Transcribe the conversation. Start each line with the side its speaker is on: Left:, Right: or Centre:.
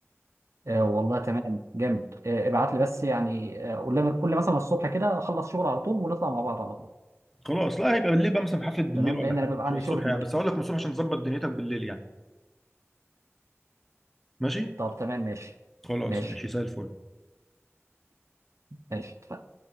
Right: آه والله تمام جامد آه ابعت لي بس يعني آه قول لي قول لي مثلا الصبح كده اخلص شغل على طول ونطلع مع بعض على طول
Centre: خلاص لا هيبقى بالليل بقى مثلا في حفلة بالليل
Right: تمام
Centre: ولا
Right: لان
Centre: حاجة
Right: انا بيبقى
Centre: مش
Right: عندي
Centre: هيبقى
Right: شغل
Centre: الصبح
Right: في
Centre: يعني
Right: الويك
Centre: بس
Right: اند
Centre: هقول لك من الصبح عشان تظبط دنيتك بالليل يعني ماشي
Right: طب تمام ماشي
Centre: خلاص
Right: ماشي
Centre: ماشي زي الفل
Right: ماشي اتفقنا.